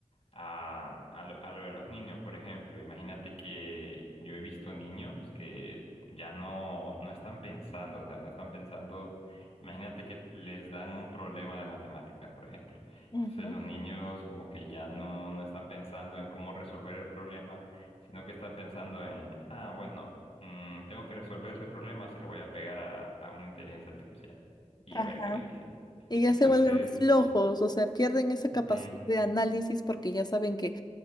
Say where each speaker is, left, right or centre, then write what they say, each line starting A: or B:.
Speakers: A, on the left; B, on the left.
A: a, a lo, a lo de los niños, por ejemplo. Imagínate que yo he visto niños que ya no, no están pensando, o sea, no están pensando, imagínate que les dan un problema de matemáticas, por ejemplo.
B: Ujú,
A: Entonces los niños como que ya no, no están pensando en cómo resolver el problema, sino que están pensando en, ah, bueno, mm, tengo que resolver ese problema, se lo voy a pegar a, a una inteligencia artificial y
B: Ajá.
A: a ver qué me dice.
B: Y ya
A: Entonces,
B: se vuelven flojos,
A: sí.
B: o sea, pierden esa
A: Ujú,
B: capacidad de análisis porque ya saben que